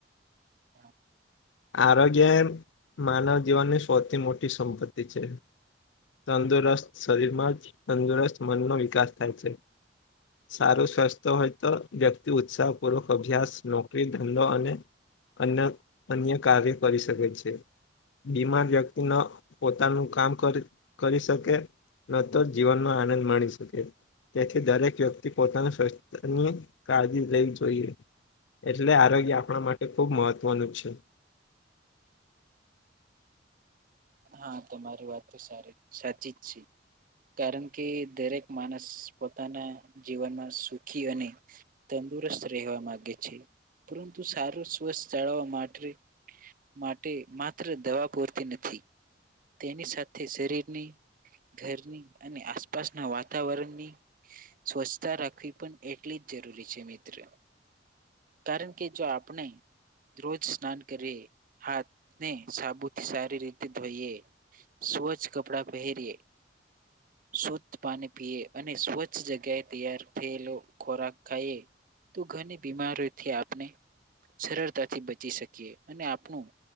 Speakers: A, on the right (about 50°); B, on the left (about 85°).
A: <inaudible>
B: આરોગ્ય એ માનવ જીવનની સૌથી મોટી સંપત્તિ છે. તંદુરસ્ત શરીરમાં જ તંદુરસ્ત મનનો વિકાસ થાય છે. સારું સ્વસ્થ હોય તો વ્યક્તિ ઉત્સાહ પૂર્વક અભ્યાસ, નોકરી, ધંધો અને અન અન્ય કાર્ય કરી શકે છે. બીમાર વ્યક્તિ ન પોતાનું કામ કરી કરી શકે ન તો જીવનનો આનંદ માણી શકે. તેથી દરેક વ્યક્તિ પોતાના સ્વસ્થની કાળજી લેવી જોઈએ. એટલે આરોગ્ય આપણા માટે ખુબ મહત્વનું છે.
A: હા તમારી વાત તો સારી સાચી જ છે. કારણ કે દરેક માણસ પોતાના જીવનમાં સુખી અને તંદુરસ્ત રહેવા માંગે છે. પરંતુ સારું સ્વસ્થ જાળવવા માટે માટે માત્ર દવા પૂરતી નથી. તેની સાથે શરીરની ઘરની અને આસપાસના વાતાવરણની સ્વચ્છતા રાખવી પણ એટલી જરૂરી છે મિત્ર કારણ કે જો આપણે રોજ સ્નાન કરીએ. હાથને સાબુથી સારી રીતે ધોઈએ. સ્વચ્છ કપડા પહેરીએ શુદ્ધ પાણી પીએ અને સ્વચ્છ જગ્યાએ તૈયાર થયેલો ખોરાક ખાઈએ તો ઘણી બીમારોયથી આપને સરળતાથી બચી શકીએ. અને આપણું